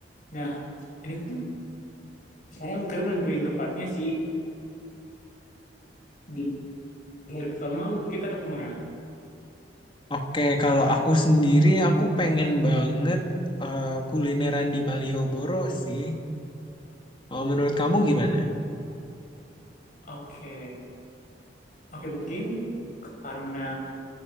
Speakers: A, on the left; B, on the left.
A: Nah, ini kan sekarang kita nentuin tempatnya sih di hari pertama kita kemana?
B: Oke, kalau aku sendiri aku pengen banget eh, kulineran di Malioboro sih. Kalau menurut kamu gimana?
A: Oke, oke mungkin karena